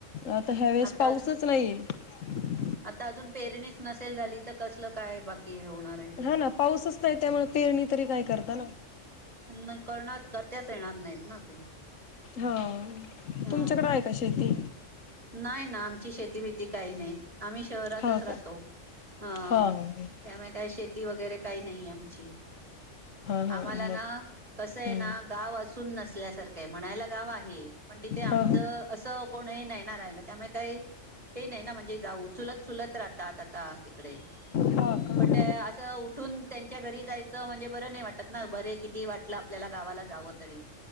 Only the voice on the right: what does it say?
आता
आता अजून पेरणीच नसेल झाली तर, कसलं काय बाकी कि हे होणार आहे.
त्यांना करताच येणार नाहीत ना ते.
अ
नाही ना आमची शेती भीती काही नाही, आम्ही शहरातच
राहतो,
अ
त्यामुळे काय शेती वगैरे काही नाही आमची
आम्हाला ना
कस आहे
ना, गाव असून नसल्यासारखं आहे म्हणायला गाव आहे. पण तिथे आमचं
असं कोणही नाही ना राहिलं, त्यामुळे काही हे नाही ना म्हणजे जाऊ चुलत चुलत राहतात. आता तिकडे
पण त्या असं उठून त्यांच्या घरी जायचं म्हणजे बर नाही वा ना बरे किती वाटलं आपल्याला गावाला जावं तरी